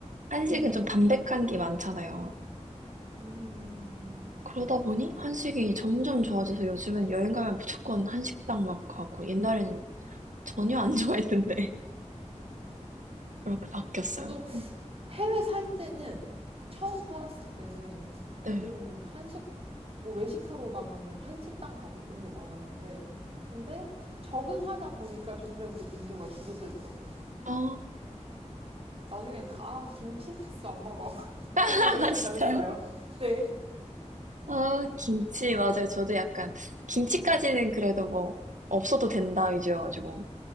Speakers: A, on the right; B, on the right.
A: 한식은
B: 음,
A: 좀 담백한 게 많잖아요.
B: 음, 음.
A: 그러다 보니
B: 맞아요.
A: 한식이 점점 좋아져서 요즘은 여행 가면 무조건 한식당 막 가고 옛날엔 전혀 안 좋아했는데 <laughs> 그렇게 바뀌었어요.
B: 저도
A: 음,
B: 해외 살 때는 처음 살았을 때는
A: 네.
B: 좀 한식 뭐 외식하러 가면은 한식당 가고 그런 게 많았는데 근데 사- 적응하다 보니까 점점 그 빈도가 줄어들더라고요.
A: 아,
B: 나중에는 아, 김치 됐어, 안 먹어. <laughs>
A: <laughs>
B: 약간 이렇게
A: 아, 진짜요?
B: 변했어요. 네.
A: 아, 김치, 맞아요. 저도 약간, 김치까지는 그래도 뭐, 없어도 된다 위주여가지고.